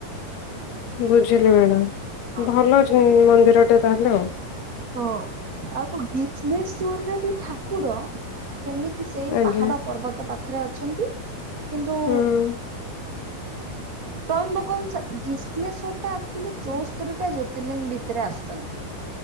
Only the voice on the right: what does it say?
ହଁ।
ହଁ ଆଉ ଗିଯମେଶ୍ଵର ରେ ବି ଠାକୁର, ସେମିତି ସେଇ
ପାହାଡ ପର୍ବତ ପାଖରେ ଅଛନ୍ତି। କିନ୍ତୁ
ତ୍ରୟମ୍ ବକମ୍ ଗିଜମେଶ୍ଵର ଟା ଆକ୍ଚ୍ୟେଲି ଚଉସ୍ତରି ଟା ଜ୍ୟୋତିର୍ଲିଙ୍ଗ ଭିତରେ ଆସୁଛନ୍ତି।